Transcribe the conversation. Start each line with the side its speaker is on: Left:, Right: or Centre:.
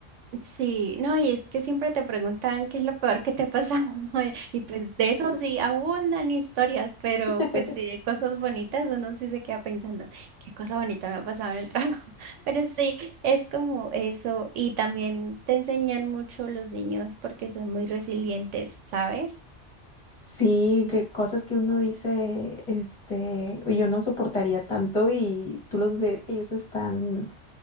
Right: Sí, no, y es que siempre te preguntan qué es lo peor que te pasa, <laughs> ¿no? Y pues de eso sí abundan historias, pero
Left: <laughs>
Right: pues sí, de cosas bonitas uno sí se queda pensando, qué cosa bonita me ha pasado en el trabajo. <laughs> Pero sí, es como eso, y también te enseñan mucho los niños porque son muy resilientes, ¿sabes?
Left: Sí, que cosas que uno dice, este, yo no soportaría tanto y tú los ves y ellos están,